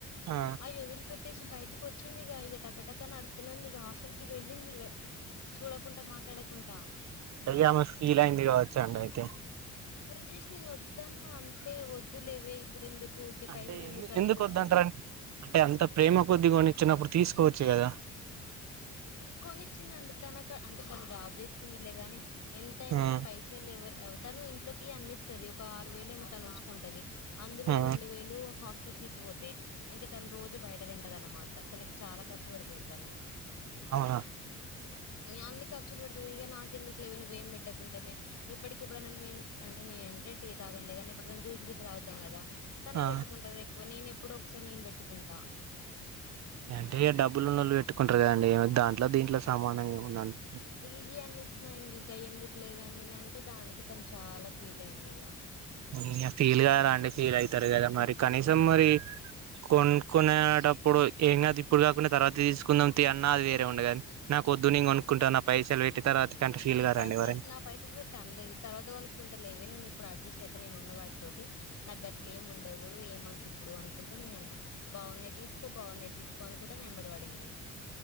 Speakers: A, on the right (about 65°); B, on the left (about 65°).
A: ఆ
B: వదిలి పెట్టేసి బయటికి వచ్చింది ఇక ఇక టక్క టక్క నడుతుంది ఇగ హాస్టల్ కి వెళ్ళింది ఇగ చూడకుంట మాట్లాడకుంట
A: ఇగ ఆమె ఫీల్ అయిందిగావచ్చు అండి అయితే
B: అరే జస్ట్ నేను వద్దన్న అంతే వద్దులేవే ఇప్పుడు ఎందుకు
A: అంటే
B: పైసలు ఎందుకు
A: ఎందు
B: ఖర్చు పెడతావు
A: వద్దంటారన్ అంటే అంత ప్రేమ కొద్ది కోని ఇచ్చినప్పుడు తీసుకోవచ్చు కదా
B: కొనిచ్చిందండి తనకు అంటే తను జాబ్ చేస్తుందిలేగాని ఎంతైనా
A: ఆ
B: పైస ఎవరు తను ఇంట్లోకి అన్ని ఇస్తది ఒక ఆరు వేలేమో తను ఉంచుకుంటది అందులో
A: ఆ
B: రెండు వేలు హాస్టల్ ఫీజు పోతాయితే ఇంకా తను రోజు బయట తింటద అన్నమాట తనకి చాలా ఖర్చు పెడుతుంది తను
A: అవున
B: అన్ని ఖర్చులు పెడది ఇక నాకు ఎందుకు లేవే నువ్వు ఏం పెట్టకుంటామై ఇప్పటికిప్పుడు మే అంటే నేంటే టీ తాగనలేగానీ ఇప్పుడు జ్యూ గిట్లా తాగుతం కదా తానే
A: ఆ
B: పెట్టుకుంటాది ఎక్కువ నేను ఎప్పుడో ఒకసారి నేను పెట్టుకుంటా
A: అంటే డబ్బులు ఉనోళ్లు పెట్టుకుంటారు కదండి దాంట్లో దీంట్లో సమానం ఏముందీ
B: గిఇ అన్ని ఇచ్చినా ఇంక గయ్యి ఎందుకు లేవే అని అంటే దానికి తను చాలా ఫీల్ అయింది ఇక
A: ఇగ ఫీల్ గారా అండి ఫీల్ అయితారు కదా మరి కనీసం మరి కొనుక్కునేటప్పుడు ఏం కాదు ఇప్పుడు కాకునే తర్వాత తీసుకుందాం తియ్ అన్న అది వేరే ఉండుగాద నాకు వద్దు నేను కొనుకుంటా పైసలు పెట్టి తర్వాత కంటే ఫీల్ కారండి
B: పైసలు
A: ఎవరైనా
B: నా పైసలు పెట్ తనలేదు తర్వాత కొనుక్కుంటలే లేవే నేను ఇప్పుడు అడ్జస్ట్ అయితే నేను ఉన్న వాటితోటి నా గట్లే ఏమి ఉండదు ఏమద్ ఇప్పుడు అనుకుంటే నేను ఉన్న బాగున్నాయి తీసుకో బాగున్నాయి తీసుకో అని నా ఎంబడి పడింది